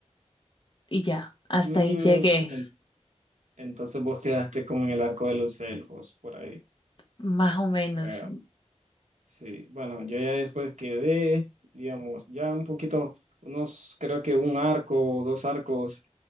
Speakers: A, on the left; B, on the right.
A: Y ya, hasta
B: Mm,
A: ahí llegué,
B: en- entonces vos quedaste como en el arco de los elfos, por ahí,
A: más o menos.
B: creo. Sí, bueno, yo ya después quedé, digamos, ya un poquito, unos, creo que un arco, o dos arcos